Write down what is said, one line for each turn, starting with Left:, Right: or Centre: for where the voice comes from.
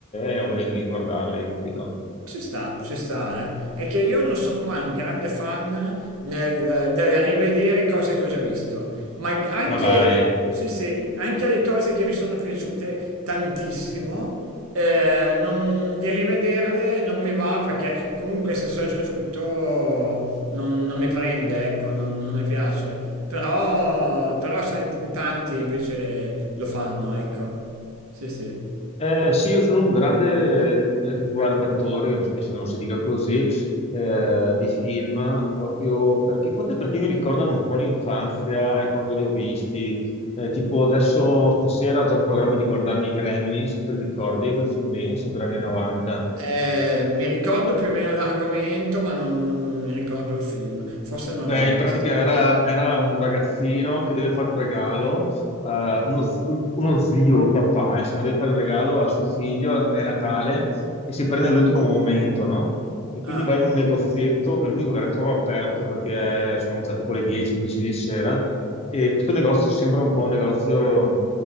Left: e ho voglia di riguardarli, capito?
Right: Ci sta, ci sta, eh. È che io non sono mai un grande fan nel, del rivedere cose che ho già visto, ma anche,
Left: Ma dai.
Right: sì, sì, anche le cose che mi sono piaciute tantissimo, eh, non- di rivederle non mi va perché comunque se so già tutto non, non mi prende, ecco, non, non mi piace. Però, però sai, in tanti invece lo fanno, ecco. Sì, sì.
Left: Eh, sì, io sono un grande eh, riguardatore, io non- penso che non si dica così, eh, di film, proprio perché, forse perché mi ricordano un po' l'infanzia e quando li ho visti. Eh, tipo adesso stasera ho già il programma di guardarmi i Gremlins, non te li ricordi, quel film lì, sempre anni 90.
Right: Eh, mi ricordo più o meno l'argomento, ma non, non mi ricordo il film. Forse non
Left: Beh,
Right: l'ho mai
Left: in
Right: visto.
Left: pratica era, era un ragazzino che deve fare un regalo, eh, uno, z- uno zio, il papà, insomma, deve fare un regalo a suo figlio, è Natale, e si prende all'ultimo momento, no? E
Right: Ah,
Left: quindi va in un negozietto, che è l'unico che trova aperto, perché sono già tipo le 10, 11 di sera, e questo negozio sembra un po' un negozio